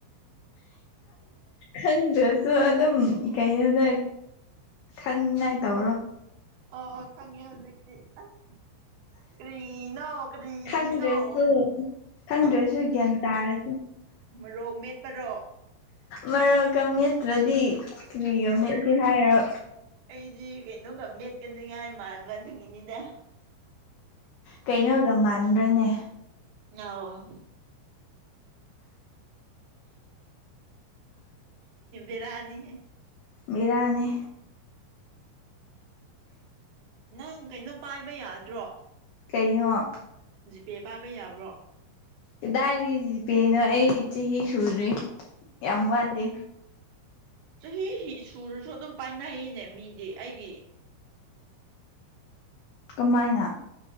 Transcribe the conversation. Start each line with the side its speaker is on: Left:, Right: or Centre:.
Left: ꯈꯟꯗ꯭ꯔꯁꯨ ꯑꯗꯨꯝ ꯀꯩꯅꯣꯗ ꯈꯪꯉꯥꯏ ꯇꯧꯔꯣ
Right: ꯑ ꯈꯪꯉꯦ ꯍꯧꯖꯤꯛꯇꯤ ꯑꯁ ꯀꯔꯤꯅꯎ ꯀꯔꯤꯅꯥꯎ
Left: ꯈꯪꯗ꯭ꯔꯁꯨ ꯈꯪꯗ꯭ꯔꯁꯨ ꯒ꯭ꯌꯥꯟ ꯇꯥꯔꯗꯤ
Right: ꯃꯔꯣꯛ ꯃꯦꯠꯄꯔꯣ
Left: ꯃꯔꯣꯛꯀ ꯅꯦꯠꯇ꯭ꯔꯗꯤ ꯀꯔꯤꯒ ꯅꯦꯠꯁꯤ ꯍꯥꯏꯔꯣ
Right: ꯑꯩꯗꯤ ꯀꯩꯅꯣꯒ ꯃꯦꯠꯀꯅꯤ꯭ꯉꯥꯏ ꯃꯥꯟꯕꯗ꯭ꯉꯤꯅꯤꯗ
Left: ꯀꯩꯅꯣꯒ ꯃꯥꯟꯕ꯭ꯔꯅꯦ
Right: ꯑ ꯦꯔꯅꯤ ꯍ
Left: ꯕꯤꯔꯅꯤ
Right: ꯅꯪ ꯀꯩꯅꯣ ꯄꯥꯏꯕ ꯌꯥꯗ꯭ꯔꯣ
Left: ꯀꯩꯅꯣ
Right: ꯄꯦ ꯄꯥꯏꯕ ꯌꯥꯕ꯭ꯔꯣ
Left: ꯀꯗꯥꯏꯔꯤꯒꯁꯤꯄꯦꯅꯣ ꯑꯩ ꯆꯍꯤ ꯁꯨꯔꯦ ꯌꯥꯝ ꯋꯥꯠꯂꯦ
Right: ꯆꯍꯤ ꯁꯨꯔꯁꯨ ꯑꯗꯨꯝ ꯄꯥꯏꯅꯩꯅꯦ ꯃꯤꯗꯤ ꯑꯩꯒꯤ
Left: ꯀꯃꯥꯏꯅ